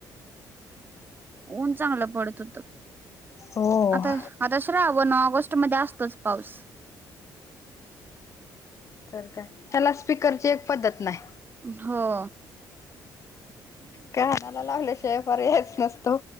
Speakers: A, on the right (about 25°); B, on the left (about 40°).
A: ऊन चांगलं पडत होत.
B: हो
A: आता आता श्रावण, ऑगस्ट मध्ये असतोच पाऊस.
B: तर काय ह्याला स्पीकरची एक पद्धत नाही.
A: हो.
B: कानाला लावल्याशिवाय पर्यायच नसतो